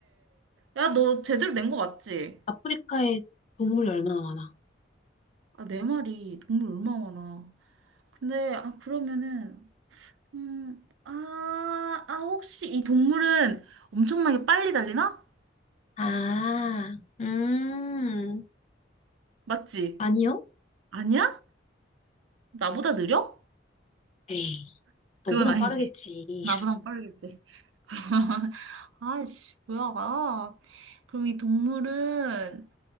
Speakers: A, on the right; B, on the left.
A: 야, 너 제대로 낸 거 맞지?
B: 아프리카에 동물이 얼마나 많아?
A: 아, 내 말이 동물 얼마나 많아. 근데, 아, 그러면은, 음, 아, 아, 혹시 이 동물은 엄청나게 빨리 달리나?
B: 아, 음,
A: 맞지?
B: 아니요?
A: 아니야? 나보다 느려?
B: 에이, 너보단
A: 그건 아니지.
B: 빠르겠지.
A: 나보단
B: <laughs>
A: 빠르겠지. <laughs> 아이씨, 뭐야, 아, 그럼 이 동물은,